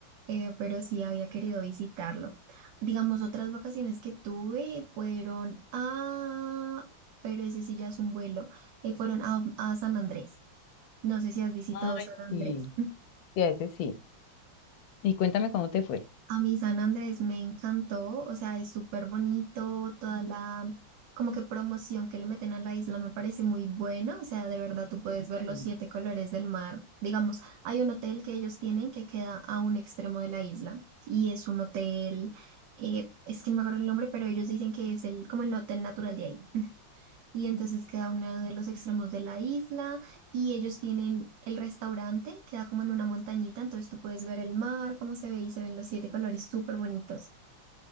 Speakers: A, on the right; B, on the left.
A: eh, pero sí había querido visitarlo. Digamos, otras vacaciones que tuve fueron a, pero ese sí ya es un vuelo, eh, fueron a, a San Andrés. No sé si has visitado
B: Ay,
A: San Andrés.
B: Sí, sí, a ese sí. Y cuéntame cómo te fue.
A: A mí San Andrés me encantó, o sea, es súper bonito, toda la como que promoción que le meten a la isla me parece muy buena, o sea, de verdad tú puedes ver
B: sí.
A: los siete colores del mar. Digamos, hay un hotel que ellos tienen que queda a un extremo de la isla y es un hotel, eh, es que no me acuerdo el nombre, pero ellos dicen que es el como el hotel natural de ahí. Y entonces queda uno de los extremos de la isla y ellos tienen el restaurante, queda como en una montañita, entonces tú puedes ver el mar, cómo se ve y se ven los siete colores súper bonitos.